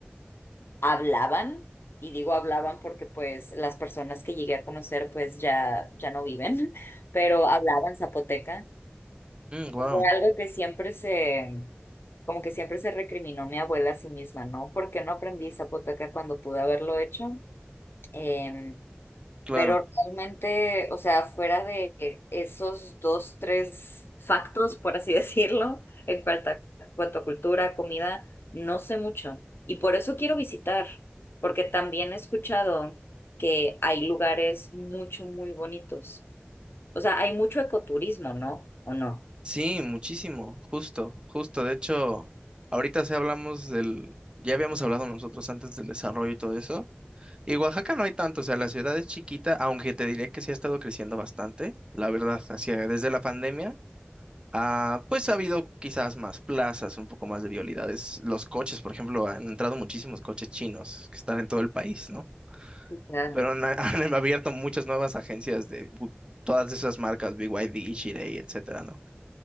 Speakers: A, on the left; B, on the right.
A: hablaban, y digo hablaban porque pues las personas que llegué a conocer pues ya, ya no viven, <laughs> pero hablaban zapoteca.
B: wow,
A: pues, Fue algo que siempre se, como que siempre se recriminó mi abuela a sí misma, ¿no? ¿Por qué no aprendí zapoteca cuando pude haberlo hecho? Em,
B: claro.
A: Pero realmente, o sea, fuera de esos dos, tres factos, por así <laughs> decirlo, en cuanto a, cuanto a cultura, comida, no sé mucho. Y por eso quiero visitar, porque también he escuchado que hay lugares mucho, muy bonitos. O sea, hay mucho ecoturismo, ¿no? ¿O no?
B: Sí, muchísimo, justo, justo. De hecho, ahorita sí hablamos del, ya habíamos hablado nosotros antes del desarrollo y todo eso. Y Oaxaca no hay tanto, o sea, la ciudad es chiquita, aunque te diré que sí ha estado creciendo bastante, la verdad, hacia, desde la pandemia. Ah, pues ha habido quizás más plazas, un poco más de violidades. Los coches, por ejemplo, han entrado muchísimos coches chinos que están en todo el país, ¿no?
A: Claro.
B: Pero han, <laughs> han abierto muchas nuevas agencias de bu- todas esas marcas, BYD, Chery, etcétera, ¿no?